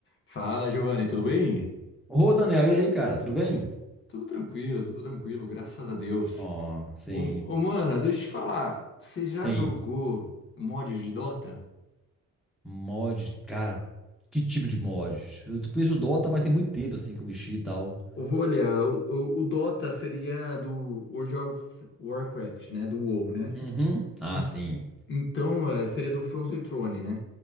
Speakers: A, on the left; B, in the centre.
A: Fala, Giovanni, tudo bem?
B: Ô, Daniel, e aí, cara, tudo bem?
A: Tudo tranquilo, tudo tranquilo, graças a Deus.
B: Ó, sim,
A: Ô, ô, mano, deixa eu te falar, você já
B: sim.
A: jogou mod de Dota?
B: Mod, cara, que tipo de mod? Eu conheço o Dota, mas tem muito tempo, assim, que eu mexi e tal.
A: Olha, o, o- o Dota seria do World of Warcraft, né? Do WoW, né?
B: Uhum. Ah,
A: En-
B: sim.
A: Então, eh, seria do Frozen Throne, né?